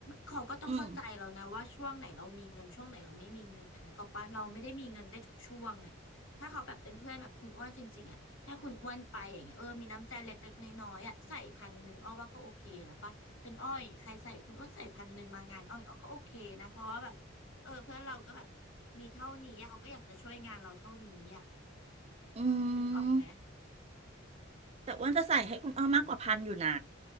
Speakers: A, on the left; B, on the right.
A: เขาก็ต้องเข้าใจเรานะว่าช่วงไหนเรามีเงินช่วงไหนเราไม่มีเงินนะนึกออกปะเราไม่ได้มีเงินได้ทุกช่วงอ่ะถ้าเขาแบบเป็นเพื่อนแบบคุณอ้วนจริงๆอ่ะถ้าคุณอ้วนไปอย่างเงี้ยเออมีน้ำใจเล็กๆน้อยๆอ่ะใส่พันหนึ่งอ้อว่าก็โอเคแล้วปะเป็นอ้ออย่างเงี้ยใครใส่คุณอ้วนใส่พันหนึ่งมางานอ้ออย่างเงี้ยอ้อก็โอเคนะเพราะว่าแบบเออเพื่อนเราก็แบบ
B: อืม
A: มีเท่านี้อะเขาก็อยากจะช่วยงานเราเท่านี้อ่ะ
B: อื
A: นึกออกไหม
B: มแต่อ้วนจะใส่ให้คุณอ้อมากกว่าพันอยู่นะ